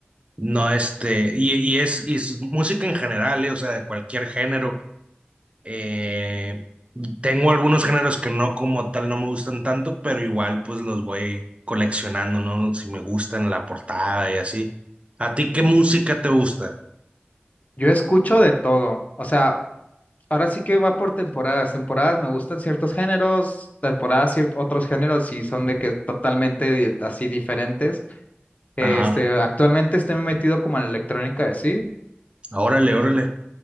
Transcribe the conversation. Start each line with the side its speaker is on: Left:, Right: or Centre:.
Right: No, este, y, y es, y es música en general, ¿eh? O sea, de cualquier género. Eh, tengo algunos géneros que no como tal no me gustan tanto, pero igual pues los voy coleccionando, ¿no? Si me gustan la portada y así. ¿A ti qué música te gusta?
Left: Yo escucho de todo. O sea, ahora sí que va por temporadas. Temporadas me gustan ciertos géneros, temporadas cier- otros géneros y son de que totalmente así diferentes. Este,
Right: Ajá.
Left: actualmente estoy metido como en la electrónica de sí.
Right: Órale, órale.